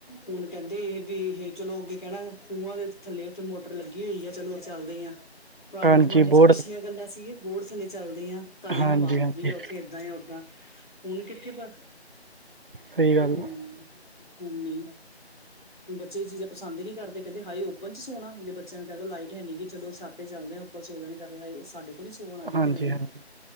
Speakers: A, on the left; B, on the right.
A: ਹੁਣ ਕਹਿੰਦੇ ਵੀ ਇਹ ਚਲੋ ਅੱਗੇ ਕਹਿਣਾ ਖੂਹਾਂ ਦੇ ਥੱਲੇ ਉੱਥੇ ਮੋਟਰ ਲੱਗੀ ਹੋਈ ਹੈ। ਚਲੋ ਚੱਲਦੇ ਆ ਪੁਰਾਣੇ
B: ਹਾਂਜੀ
A: ਜਮਾਨੇ
B: ਬੋਰਡ
A: ਚ ਪਿਛਲੀਆਂ ਗੱਲਾਂ ਸੀਆਂ ਬੋਰਡ ਥੱਲੇ ਚੱਲਦੇ ਤਾਜ਼ੀ
B: ਹਾਂਜੀ
A: ਹਵਾ ਹੁੰਦੀ
B: ਹਾਂਜੀ
A: ਆ ਉੱਥੇ ਏਦਾਂ ਹੀ ਓਦਾਂ ਹੁਣ ਕਿੱਥੇ ਪਰ,
B: ਸਹੀ ਗੱਲ
A: ਹੂ ਹੂ ਨਹੀਂ ਹੁਣ ਬੱਚੇ ਇਹ ਚੀਜ਼ਾਂ ਪਸੰਦ ਨਹੀਂ ਕਰਦੇ, ਕਹਿੰਦੇ ਹਾਏ ਓਪਨ ਚ ਸੋਹਣਾ, ਜੇ ਬੱਚਿਆਂ ਨੂੰ ਕਹਿ ਦੋ ਲਾਈਟ ਹੈਨੀ ਕਿ ਚਲੋ ਛੱਤ ਤੇ ਚੱਲਦੇ ਆਪਾਂ ਸੋ ਜਾਣੇ ਜਾ ਕੇ ਹਾਏ ਸਾਡੇ ਕੋਲ ਹੀ ਸੋਣਾ, ਕਹਿੰਦੇ
B: ਹਾਂਜੀ
A: ਨਹੀਂ,
B: ਹਾਂਜੀ